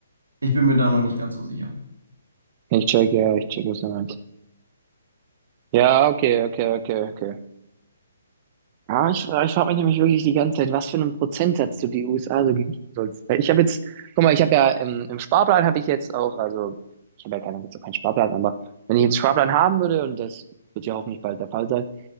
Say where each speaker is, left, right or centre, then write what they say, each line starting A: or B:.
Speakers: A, on the right (about 85°); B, on the right (about 35°).
A: ich bin mir da noch nicht ganz so sicher.
B: ich check, ja, ich check, was du meinst. Ja, okay, okay, okay, okay. Ja, ich, ich frage mich nämlich wirklich die ganze Zeit, was für einen Prozentsatz du die USA so gewichten sollst. Weil ich habe jetzt, guck mal, ich habe ja ähm, im Sparplan habe ich jetzt auch, also ich habe ja keinen, jetzt auch keinen Sparplan, aber wenn ich jetzt einen Sparplan haben würde, und das wird ja hoffentlich bald der Fall sein,